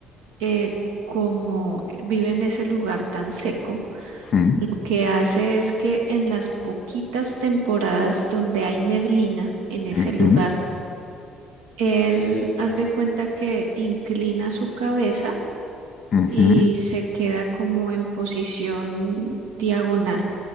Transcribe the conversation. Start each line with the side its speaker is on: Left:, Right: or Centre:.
Right: eh, como vive en ese lugar tan seco,
Left: Mm,
Right: lo que hace es que en las poquitas temporadas donde hay neblina en ese
Left: ujú,
Right: lugar, Él, haz de cuenta que inclina su cabeza
Left: ujú.
Right: y se queda como en posición diagonal